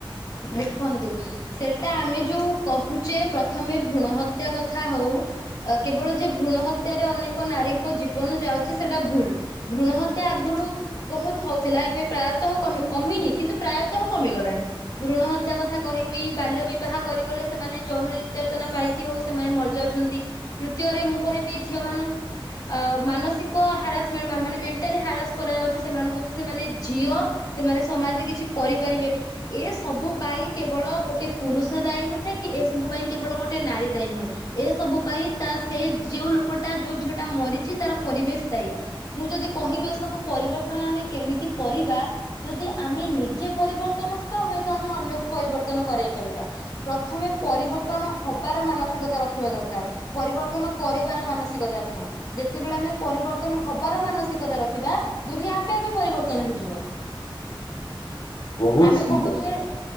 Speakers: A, on the left (about 45°); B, on the left (about 70°).
A: ଦେଖନ୍ତୁ ସେଟା ଆମେ ଯୋଉ କହୁଛେ ପ୍ରଥମେ ଭ୍ରୂଣ ହତ୍ୟା କଥା ହଉ କେବଳ ଯେ ଭ୍ରୂଣ ହତ୍ୟାରେ ଅନେକ ନାରୀଙ୍କ ଜୀବନ ଯାଉଛି ସେଟା ଭୁଲ ଭ୍ରୁଣ ହତ୍ୟା ଆଗରୁ ବହୁତ ହଉଥିଲା ଏବେ ପ୍ରାୟତଃମି କମିନି କିନ୍ତୁ ପ୍ରାୟତଃ କମିଗଲାଣି ଋଣ ହତ୍ୟା କଥା କହିବି ବାଲ୍ୟ ବିବାହ କରିଗଲେ ସେମାନେ ଜୌନ ନିର୍ଯାତନା ପାଇକି ହଉ ସେମାନେ ମରିଯାଉଛନ୍ତି ତୃତୀୟରେ ମୁଁ କହିବି ଝିଅ ମାନଙ୍କୁ ଅ ମାନସିକ ହାରାସମେଣ୍ଟ ମାନେ ମେଣ୍ଟାଲି ହାରାସ କରାଯାଉଛି ସେମାନଙ୍କୁ ଯେ ସେମାନେ ଝିଅ ସେମାନେ ସମାଜରେ କିଛି କରିପାରିବେନି ଏ ସବୁ ପାଇଁ କେବଳ ଗୋଟେ ପୁରୁଷ ଦାୟୀ ନୁହେଁ କି ଏ ସବୁ ପାଇଁ କେବଳ ଗୋଟେ ନାରୀ ଦାୟୀ ନୁହେଁ ଏ ସବୁ ପାଇଁ ତା ସେ ଯୋଉ ଲୋକଟା ଯୋଉ ଝିଅଟା ମରିଛି ତାର ପରିବେଶ ଦାୟୀ ମୁଁ ଯଦି କହିବି ଏ ସବୁ ପରିବର୍ତ୍ତନ ଆମେ କେମିତି କରିବା ଯଦି ଆମେ ନିଜେ ପରିବର୍ତ୍ତନ ହବା ହୁଏ। ତ ଆମେ ଅନ୍ୟକୁ ପରିବର୍ତ୍ତନ କରାଇ ପାରିବା ପ୍ରଥମେ ପରିବର୍ତ୍ତନ ହବାର ମାନସିକତା ରଖିବା ଦରକାର ପରିବର୍ତ୍ତନ କରିବାର ମାନସିକତା ନୁହଁ ଯେତେବେଳେ ଆମେ ପରିବର୍ତ୍ତନ ହବାର ମାନସିକତା ରଖିବା ଦୁନିଆ ଆପେ ଆପେ ପରିବର୍ତ୍ତନ ହେଇଯିବ
B: ବହୁତ
A: ଆମେ
B: ସୁନ୍ଦର
A: କହୁଛେ
B: ଲ